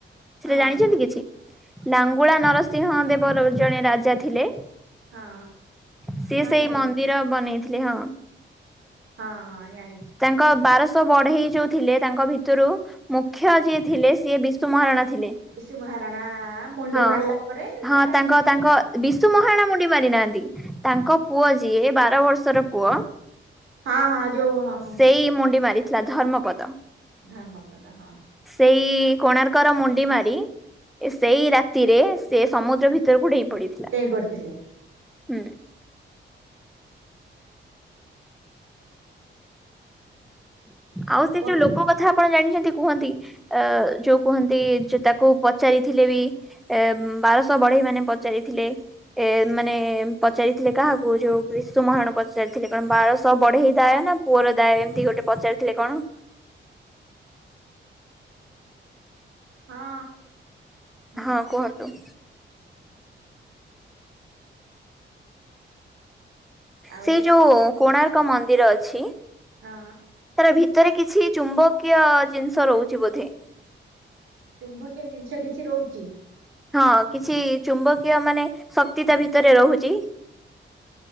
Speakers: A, in the centre; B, on the right.
A: ସେଟା
B: ହଁ
A: ଜାଣିଛନ୍ତି
B: ମୁଁ
A: କିଛି? ନାଙ୍ଗୁଳା ନରସିଂହ ଦେବ ର ଜଣେ ରାଜା ଥିଲେ।
B: ହଁ।
A: ସିଏ
B: ହଁ
A: ସେଇ
B: ଜାଣିଛି
A: ମନ୍ଦିର ବନେଇଥିଲେ। ହଁ।
B: ହଁ ହଁ ଜାଣିଛି।
A: ତାଙ୍କ ବାରଶହ ବଢେଇ ଯୋଉ ଥିଲେ ତାଙ୍କ ଭିତରୁ ମୁଖ୍ୟ ଯିଏ ଥିଲେ ସିଏ ବିଶୁ ମହାରଣା ଥିଲେ।
B: ବିଶୁ ମହାରଣା ମୁଣ୍ଡି
A: ହଁ
B: ମାରିଲା ପରେ
A: ହଁ
B: ତା
A: ତାଙ୍କ
B: <unintelligible>
A: ତାଙ୍କ ବିଶୁ ମହାରଣା ମୁଣ୍ଡି ମାରି ନାହାନ୍ତି। ତାଙ୍କ ପୁଅ ଯିଏ ବାର ବର୍ଷର ପୁଅ
B: ହଁ ହଁ ଯୋଉ ହଁ।
A: ସେଇ ମୁଣ୍ଡି ମାରିଥିଲା ଧର୍ମପଦ।
B: ଧର୍ମପଦ ହଁ।
A: ସେଇ କୋଣାର୍କର ମୁଣ୍ଡି ମାରି ସେଇ ରାତିରେ ସେ ସମୁଦ୍ର ଭିତରକୁ ଡେଇଁ ପଡିଥି
B: ଡେଇଁ ପଡ଼ିଥିଲେ।
A: ହୁଁ। ଆଉ ସେ
B: ହଁ
A: ଯୋଉ ଲୋକ କଥା। ଆପଣ ଜାଣିଛନ୍ତି କୁହନ୍ତି ଅ ଯୋଉ କୁହନ୍ତି ଯେ ତାକୁ ପଚାରିଥିଲେ ବି ଏ ବାରଶହ ବଢେଇ ମାନେ ପଚାରିଥିଲେ ଏ ମାନେ ପଚାରିଥିଲେ କାହାକୁ ଯୋଉ ବିଶୁ ମହାରଣା ପଚାରିଥିଲେ କଣ ବାରଶହ ବଢେଇ ଦାୟ ନା ପୁଅର ଦାୟ। ଏମିତି ଗୋଟେ ପଚାରିଥିଲେ କଣ?
B: ହଁ ହୁଁ
A: ହଁ କୁହନ୍ତୁ।
B: ଆଉ
A: ସେଇ ଯୋଉ କୋଣାର୍କ ମନ୍ଦିର ଅଛି।
B: ହଁ।
A: ତାର ଭିତରେ କିଛି ଚୁମ୍ବକୀୟ ଜିନିଷ ରହୁଛି ବୋଧେ।
B: ଚୁମ୍ବକୀୟ ଜିନିଷ କିଛି ରହୁଚି।
A: ହଁ କିଛି ଚୁମ୍ବକୀୟ ମାନେ ଶକ୍ତି ତା ଭିତରେ ରହୁଚି।